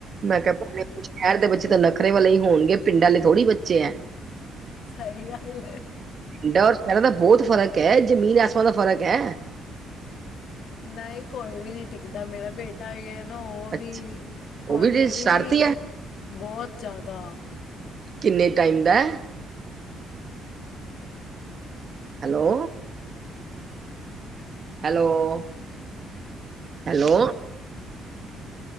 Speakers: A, on the right; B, on the left.
A: ਮੈਂ ਕਿਹਾ ਭੈਣੇ ਪੁਛ ਨਾ ਸ਼ਹਿਰ ਦੇ ਬੱਚੇ ਤਾਂ ਨਖ਼ਰੇ ਵਾਲੇ ਹੀ ਹੋਣਗੇ, ਪਿੰਡਾਂ ਆਲੇ ਥੋੜ੍ਹੀ ਬੱਚੇ ਐ।
B: ਸਹੀ ਗੱਲ ਹੈ।
A: ਪਿੰਡਾ ਔਰ ਸ਼ਹਿਰਾਂ ਦਾ ਬਹੁਤ ਫ਼ਰਕ ਹੈ, ਜ਼ਮੀਨ ਅਸਮਾਨ ਦਾ ਫਰਕ ਐ।
B: ਨਹੀਂ ਕੋਈ ਵੀ ਨਹੀਂ ਟਿਕਦਾ, ਮੇਰਾ ਬੇਟਾ ਆ ਨਾ ਉਹ ਵੀ,
A: ਅੱਛਾ
B: ਹੁਣ
A: ਉਹ ਜੇ
B: ਮੇਰੀ
A: ਸ਼ਰਾਰਤੀ
B: ਵੀ
A: ਹੈ
B: ਬਹੁਤ ਜ਼ਿਆਦਾ।
A: ਕਿੰਨੇ ਟਾਈਮ ਦਾ ਏ। Hello. Hello- hello